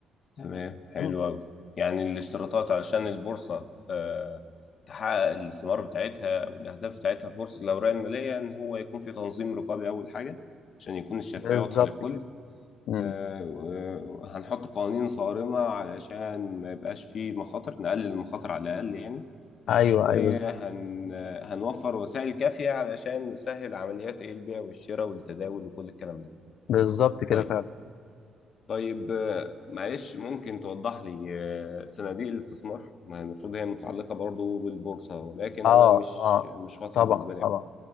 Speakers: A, on the left (about 55°); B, on the left (about 75°).
A: تمام حلو
B: تمام
A: أوي يعني الاشتراطات علشان البورصة آه، تحقق الثمار بتاعتها أو الأهداف بتاعتها في بورصة الأوراق المالية إن هو يكون في تنظيم رقابي أول حاجة عشان يكون الشفافية
B: بالظبط
A: واضحة للكل
B: كده مم.
A: آه، و- وهنحط قوانين صارمة علشان ما يبقاش فيه مخاطر نقلل المخاطر على الأقل يعني
B: ايوه
A: وهنوفر
B: ايوه بالظبط
A: وسائل كافية علشان نسهل عمليات إيه البيع والشراء والتداول وكل الكلام ده
B: بالظبط كده
A: طيب
B: فعلا
A: طيب آه، معلش ممكن توضح لي آه، صناديق الاستثمار ما هي المفروض هي متعلقة برضو بالبورصة ولكن
B: اه
A: أنا مش
B: اه
A: مش واضحة
B: طبعا
A: بالنسبة لي
B: طبعا
A: أوي.